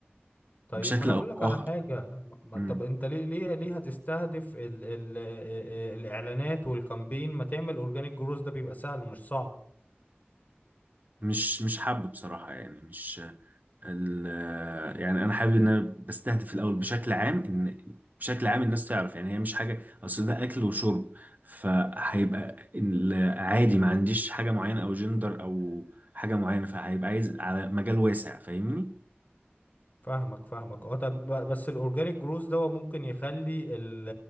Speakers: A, on the left; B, on the right.
A: طيب
B: بشكل
A: ما انا
B: او
A: اقول لك
B: باخر
A: على حاجه ما ما-
B: مم.
A: طب انت ليه ليه ليه هتستهدف ال ال الاعلانات والكامبين ما تعمل اورجانيك جروز ده بيبقى سهل مش صعب
B: مش مش حابب بصراحه يعني مش ال- يعني انا حابب ان انا بستهدف في الاول بشكل عام ان بشكل عام الناس تعرف يعني هي مش حاجه اصل ده اكل وشرب فهيبقى ال- عادي ما عنديش حاجه معينه او جندر او حاجه معينه فهيبقى عايز على مجال واسع فاهمني
A: فاهمك فاهمك اه طب ب- بس الاورجانيك جروز ده هو ممكن يخلي ال